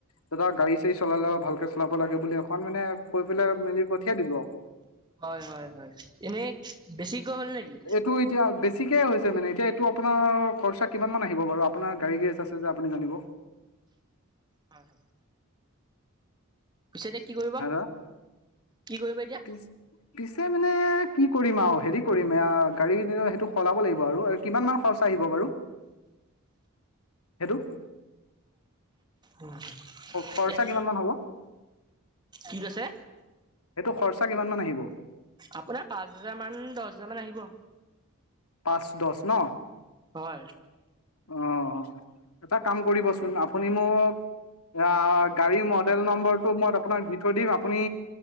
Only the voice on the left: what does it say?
দাদা গাড়ী চাড়ী চলালে, অলপ ভালকে চলাব লাগে বুলি অকন মানে, কৈ পেলাই মেলি পঠিয়াই দিলোঁ আৰু।
টোৰ এতিয়া বেছিকে হৈছে মানে, এতিয়া এইটো আপোনাৰ খৰচা কিমান মান আহিব বাৰু! আপোনাৰ গাড়ী আছে যে, আপুনি জানিব।
দাদা
পিছ পিছে মানে কি কৰিম আৰু, হেৰি কৰিম। এই গাড়ী ক সেইটো সলাব লাগিব আৰু। আৰু কিমান মান খৰচ আহিব বাৰু! সেইটো?
খৰচা
কিমান মান হ'ব
এইটো খৰচা কিমান মান আহিব।
পাঁচ দহ ন',
অ'। এটা কাম কৰিবচোন! আপুনি মোক অ', গাড়ী মডেল নম্বৰটো মই আপোনাক দি থৈ দিম। আপুনি